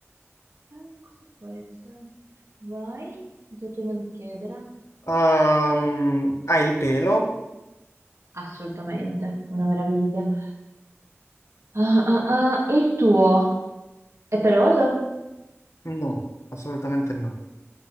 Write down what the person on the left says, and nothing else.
Ehm, ha il pelo?
No, assolutamente no.